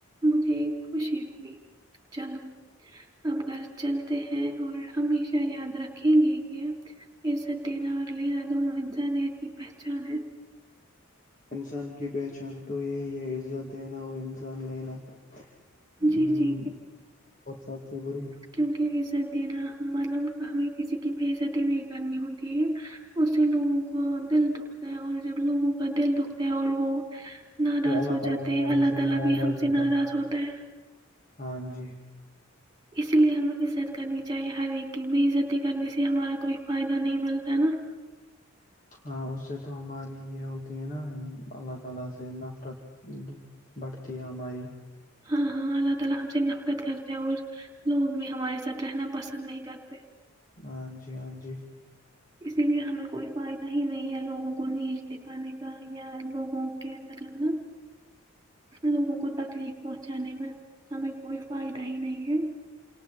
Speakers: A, on the right; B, on the left.
A: مجھے خوشی ہوئی چلو اب گھر چلتے ہیں اور ہمیشہ یاد رکھیں گے یہ عزت دینا اور لینا دونوں انزا کی پہچان ہے
B: انسان کی پہچان تو یہی ہے عزت دینا اور انسان لینا ہم،
A: جی جی
B: اور سب سے بری
A: کیونکہ اضت دینا مطلب ہمیں کسی کی بےزتی نہیں کرنی ہوتی ہے اس سے لوگوں کو دل دکھتا ہے اور جب لوگوں کا دل دکھتا ہے اور وہ ناراض
B: تو اللہ
A: ہو
B: تعالی
A: جاتے
B: ہمارے
A: ہیں اللہ
B: سے
A: تعالی
B: ناراض
A: بھی ہم سے
B: ہوتا
A: ناراض
B: ہے
A: <unintelligible>
B: ہاں جی
A: اس لیے ہمیں عزت کرنی چاہیے ہر ایک کی بے عزتی کرنے سے ہمارا کوئی فائدہ نہیں ملتا ہے نا
B: <unintelligible>
A: <unintelligible>
B: ہاں جی ہاں جی
A: اسی لیے ہمیں کوئی فائدہ ہی نہیں ہے لوگوں کو نیچ دکھانے کا یا لوگوں کے مطلب نا لوگوں کو تکلیف پہنچانے میں ہمیں کوئی فائدہ ہی نہیں ہے